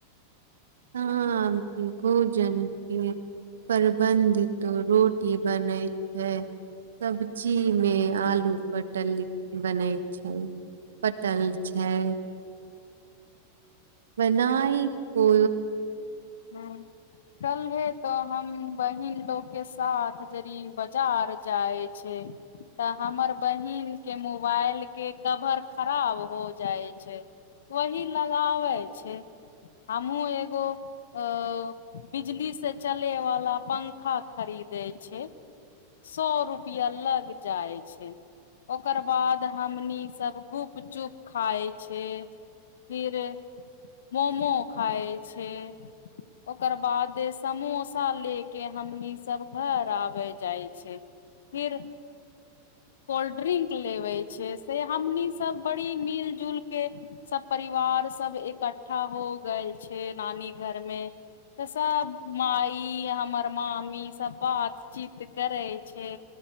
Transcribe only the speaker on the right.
शाम छै भोजन छै। प्रबन्ध तो रोटी बनै छै सब्जी मे आलू पटल लिटी बनय छै। पटन छै बनाई को।